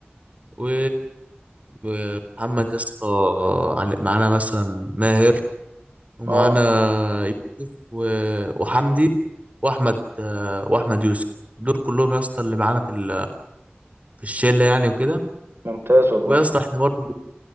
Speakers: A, on the right; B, on the right.
A: و ومحمد يا اسطى عل- معانا مثلا ماهر ومعانا
B: أه أه
A: يوسف و... وحمدي واحمد واحمد يوسف دول كلهم يا اسطى اللي معانا في ال... في الشله يعني وكده
B: ممتاز والله
A: ويا اسطى احنا برضه